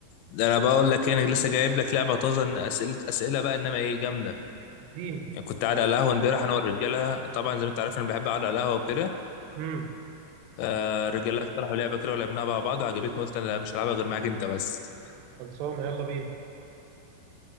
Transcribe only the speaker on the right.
اديني
امم
خلصانه يلا بينا